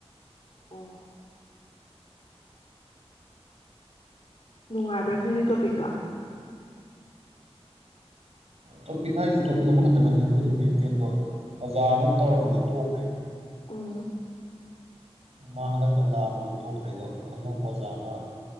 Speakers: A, on the left; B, on the right.
A: ꯑꯣ ꯅꯨꯡꯉꯥꯏꯕ꯭ꯔꯗꯨꯅꯤ ꯇꯣꯄꯤꯛꯇ
B: ꯇꯣꯄꯤ ꯈꯥꯏꯁꯨ ꯇꯞꯄꯤ ꯑꯃ ꯃꯈꯇ ꯅꯠꯇꯦ ꯑꯩꯈꯣꯏꯗꯤ ꯄ꯭ꯔꯦꯛꯇꯤꯀꯦꯜꯗꯣ ꯑꯣꯖꯥ ꯑꯃ ꯇꯧꯔꯝꯕꯅꯤ ꯇꯣꯛꯈ꯭ꯔꯦ
A: ꯎꯝ
B: ꯃꯥ ꯍꯟꯗꯛꯇꯪ ꯂꯥꯛꯑꯝꯃꯁꯨ ꯇꯣꯛꯈ꯭ꯔꯦꯗꯣ ꯑꯅꯧꯕ ꯑꯣꯖꯥ ꯑꯃ